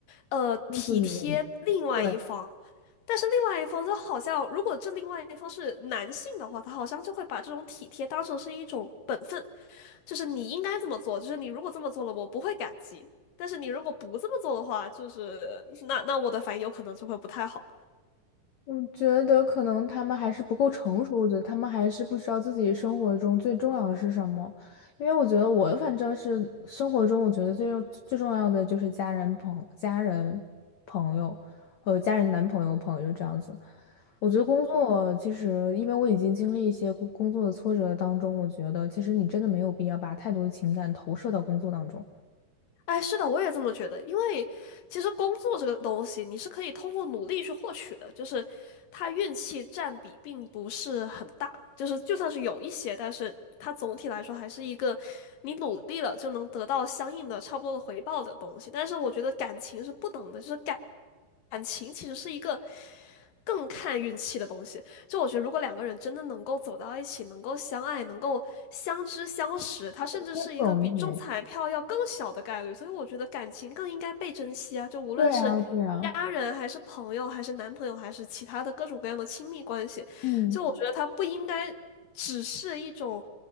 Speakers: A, on the left; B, on the left.
A: 呃体贴另外一方，
B: 这么自己的人，对。
A: 但是另外一方就好像，如果这另外一方是男性的话，他好像就会把这种体贴当成是一种本分，就是你应该这么做，就是你如果这么做了，我不会感激，但是你如果不这么做的话，就是那那我的反应有可能就会不太好。
B: 我觉得可能他们还是不够成熟，我觉得他们还是不知道自己生活中最重要的是什么。因为我觉得我反正是生活中，我觉得最重最重要的就是家人、朋家人、朋友和家人、男朋友、朋友这样子。我觉得工作其实，因为我已经经历一些工工作的挫折当中，我觉得其实你真的没有必要把太多的情感投射到工作当中，
A: 哎，是的，我也这么觉得。因为其实工作这个东西，你是可以通过努力去获取的，就是它运气占比并不是很大，就是就算是有一些，但是它总体来说还是一个你努力了就能得到相应的差不多的回报的东西。但是我觉得感情是不等的，就是感感情其实是一个更看运气的东西。就我觉得，如果两个人真的能够走到一起，能够相爱，能够相知相识，它甚至是一个比中彩票要更小的概率。
B: 这不容易。
A: 所以我觉得感情更应该被珍惜啊！就无论是家人，
B: 对啊，对啊，
A: 还是朋友，还是男朋友，还是其他的各种各样的亲密关系，
B: 嗯。
A: 就我觉得它不应该只是一种